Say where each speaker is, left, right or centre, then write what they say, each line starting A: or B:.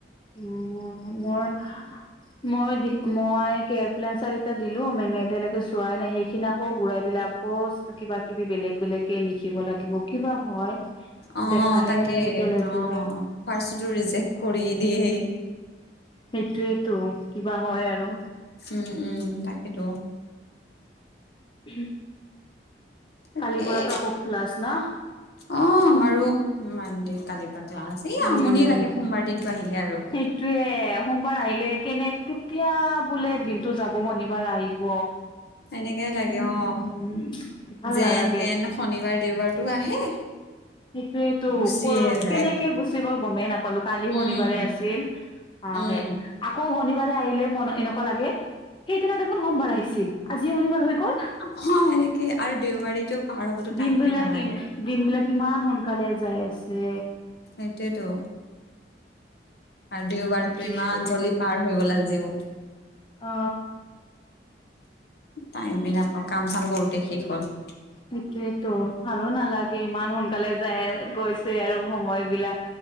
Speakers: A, on the left; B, on the left.
A: উ মই মই দি মই কেপ্লাইন চাৰিটা দিলো মেমএএতিয়া লৈকে চুয়াই নাই চোৱাই নাই সেইখিনি আকৌ ঘুৰাই দিলে আকৌ কিবা কিবি বেলেগ বেলেকে লিখিব লাগিব কিবা হয়
B: অ',
A: দেখায়ে
B: তাকে
A: নাই এতিয়ালৈকে
B: অ', ফাৰ্ষ্টতো ৰিজেক্ট কৰি দিয়েই।
A: সেইটোয়েই টো কিবা হয় আৰু
B: উম উম তাকেইতো
A: হ
B: তাকেই
A: কালিৰ পৰাটো আকৌ ক্লাছ ন
B: অ আমাৰো মান দে কালিৰ পৰা ক্লাছ এই
A: উম,
B: আমনিয়ে লাগে সোমবাৰ দিনটো আহিলে আৰু
A: সেইটোয়ে সোমবাৰ আহিলে কেনেক কেতিয়া বোলে দিনটো যাব শনিবাৰ আহিব
B: সেনেকে লাগে
A: উম
B: অ
A: ভাল
B: যেন
A: নালাগে
B: তেন শনিবাৰ দেওবাৰতো আহে
A: সেইটোয়েইটো
B: গুচিয়ে
A: ক
B: যায়
A: কেনেকে গুচি গ'ল গমেই নাপালো কালি শনিবাৰ
B: উম
A: আছিলে অ
B: উম
A: সে আকৌ শনিবাৰ আহিলে মন এনেকুৱা লাগে সেইদিনা দেখোন সোমবাৰ আহিছিল আজি শনিবাৰ হৈ গল
B: অ এনেকে আৰু দেওবাৰীতো পাৰ হবতো
A: দিন
B: টাইমে
A: বিলাক
B: নালাগে
A: দিনবিলাক ইমান সোনকালে যাই আছে
B: সেইটোয়েটো আৰু দেওবাৰতো
A: সেইটোয়েতো
B: ইমান জল্দি পাৰ হৈ গল আজিও
A: অ
B: টাইমি নাপাওঁ কাম চাম কৰোতে শেষ হ'ল
A: সেইটোয়েতো ভালো নালাগে ইমান সোনকালে যায় গৈছে আৰু সময় বিলাক